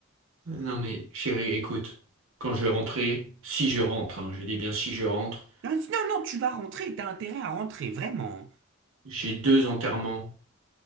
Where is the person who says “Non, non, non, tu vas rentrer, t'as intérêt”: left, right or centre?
Right